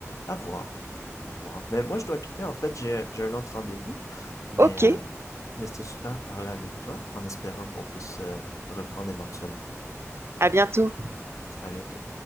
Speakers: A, on the left; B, on the right.
A: à voir. À voir. Mais moi, je dois quitter. En fait, j'ai j'ai un autre rendez-vous. Mais,
B: OK,
A: euh, mais c'était super de parler avec toi en espérant qu'on puisse euh, reprendre éventuellement.
B: à bientôt.
A: À bientôt.